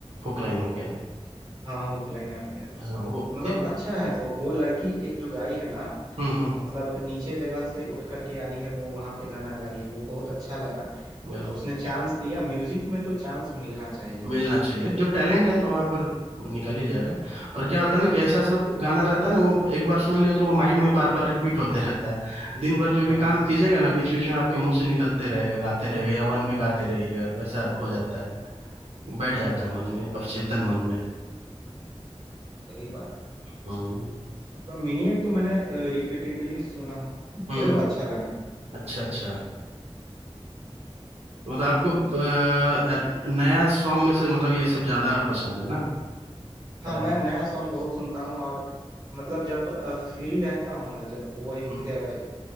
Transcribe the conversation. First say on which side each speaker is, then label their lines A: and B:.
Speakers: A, on the right; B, on the right.
A: हुक लाइन हो गया
B: हाँ हुक लाइन आ गया है उसका
A: हाँ वो
B: मतलब
A: एक
B: अच्छा है वो वो लड़की एक जो गाई है ना
A: हम्म हम्म
B: मतलब नीचे जगह से उठ करके आई है वो वहां पे गाना गाई है वो बहुत अच्छा लगा
A: बिल्कुल
B: उसने चांस दिया म्यूजिक में तो चांस मिलना चाहिए
A: मिलना चाहिए जो टैलेंट है तो वहां पर निकल ही जाएगा और क्या होता है ना कि ऐसा सब गाना रहता है ना वो एक बार सुन लिया तो वो माइंड में बार बार रिपीट होते रहता है दिन भर जो भी
B: हाँ
A: काम कीजिएगा ना बीच बीच में आपके मुंह से निकलते रहेगा गाते रहेगा या मन में गाते रहिएगा वैसा हो जाता है बैठ जाता है मन में अवचेतन मन में
B: वही बात है
A: हम्म
B: मतलब मिनियट तो मैंने रिपीटेडली सुना हो
A: हम्म
B: मेरे को अच्छा लगा
A: अच्छा अच्छा तो मतलब आपको अ, अ, नया सॉन्ग में से मतलब ये सब ज्यादा पसंद है ना
B: हाँ
A: रैप
B: मैं नया
A: वगैरह
B: सॉन्ग बहुत सुनता हूँ और मतलब जब फ्री रहता हूँ ना जब वो एक
A: हम्म,
B: अ,